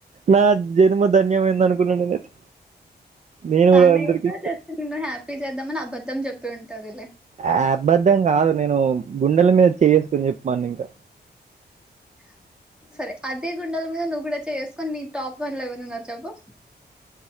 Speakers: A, on the right; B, in the centre.
A: నా జన్మ ధన్యమైంది అనుకున్న నేనైతే నేను
B: తను
A: కూడా అందరికి
B: ఏదో
A: ఇష్ట
B: చెప్పి నిన్ను హ్యాపీ చేద్దామని అబద్ధం చెప్పి ఉంటదిలే
A: అబద్ధం కాదు నేను గుండెల మీద చేయేసుకొని చెప్పుమన్న ఇంకా
B: ఐస్ హ సరే అదే గుండెల మీద నువ్వు కూడా చేయేసుకొని నీ టాప్ వన్ల ఎవరున్నరో చెప్పు